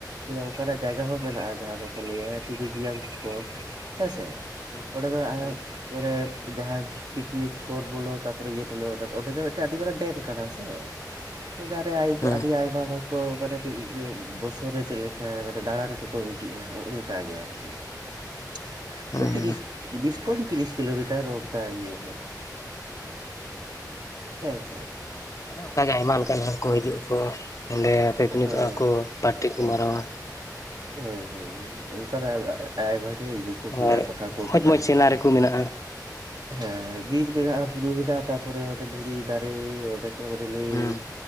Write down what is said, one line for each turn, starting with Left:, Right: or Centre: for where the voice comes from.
Right: ᱚᱱᱠᱟᱱᱟᱜ ᱡᱟᱭᱜᱟ ᱦᱚᱸ ᱢᱮᱱᱟᱜᱼᱟ ᱡᱟᱦᱟᱸ ᱫᱚ᱾ ᱠᱚ ᱞᱟᱹᱭᱟ ᱴᱩᱨᱤᱡᱤᱭᱟᱢᱥ ᱯᱚᱨᱴ ᱦᱮᱸ ᱥᱮ᱾
Left: ᱦᱩᱸ
Right: ᱚᱸᱰᱮ ᱫᱚ ᱦᱟᱸᱜ
Left: ᱦᱩᱸ
Right: ᱦᱮᱸ ᱡᱟᱦᱟᱸ ᱯᱤᱠᱱᱤᱠ ᱤᱥᱯᱚᱨᱴ ᱵᱚᱞᱚ ᱛᱟ ᱯᱚᱨᱮ ᱤᱭᱟᱹ ᱵᱚᱞᱚ ᱚᱸᱰᱮ ᱫᱚ ᱟᱹᱰᱤ ᱢᱟᱨᱟᱝ ᱰᱮᱢ ᱠᱟᱱᱟ ᱥᱮ᱾ ᱚᱱᱟ ᱨᱮ ᱟᱹᱭᱩᱵ
Left: ᱦᱩᱸ
Right: ᱟᱹᱰᱤ ᱟᱹᱭᱩᱵ ᱵᱟ. ᱦᱩ ᱠᱚ ᱢᱟᱱᱮ ᱳᱰᱤᱭᱟ. ᱵᱚᱨᱥᱚ ᱨᱮ ᱪᱮᱫ ᱞᱮᱠᱟ ᱢᱟᱱᱮ ᱫᱟᱬᱟᱱ ᱠᱚᱠᱚ ᱦᱤᱡᱩᱜᱼᱟ ᱚᱱᱠᱟ ᱜᱮ ᱟᱨ ᱠᱤ᱾ ᱛᱤᱨᱤᱥ
Left: ᱦᱩᱸ
Right: ᱵᱤᱥ ᱠᱚᱢ ᱛᱤᱨᱤᱥ ᱠᱤᱞᱳᱢᱤᱴᱟᱨ ᱚᱱᱠᱟ ᱤᱭᱟᱹ ᱨᱮ᱾ ᱦᱮᱸ ᱥᱮ᱾
Left: ᱚᱱᱠᱟ ᱜᱮ ᱟᱭᱢᱟ ᱞᱮᱠᱟᱱ ᱦᱚᱲ ᱠᱚ ᱦᱤᱡᱩᱜ ᱠᱚ ᱚᱸᱰᱮ ᱯᱤᱠᱱᱤᱠᱚᱜᱼᱟ
Right: ᱦᱳᱭ
Left: ᱠᱚ ᱯᱟᱴᱤ ᱠᱚ ᱢᱟᱨᱟᱣᱟ᱾
Right: ᱦᱚᱭ ᱦᱚᱭ ᱚᱱᱠᱟᱱᱟᱜ ᱟᱭᱢᱟ ᱜᱮ ᱤᱭᱟᱹ ᱠᱚ ᱢᱮᱱᱟᱜᱼᱟ
Left: ᱟᱨ
Right: ᱴᱚᱴᱷᱟ ᱠᱚ
Left: ᱢᱚᱡᱽ
Right: ᱵᱢᱮᱱᱟᱜ-ᱟ᱾
Left: ᱢᱚᱡᱽ ᱥᱤᱱᱟᱨᱤ ᱠᱚ ᱢᱮᱱᱟᱜᱼᱟ᱾
Right: ᱦᱮᱸ ᱵᱤᱨ ᱢᱮᱱᱟᱜᱼᱟ ᱵᱩᱨᱩ ᱢᱮᱱᱟᱜᱼᱟ ᱛᱟᱨᱯᱚᱨᱮ ᱚᱸᱰᱮ ᱫᱷᱤᱨᱤ ᱫᱟᱨᱮ ᱚᱱᱰᱮ᱾ ᱛᱟ ᱯᱚᱨᱮ ᱱᱩᱭ
Left: ᱦᱮᱸ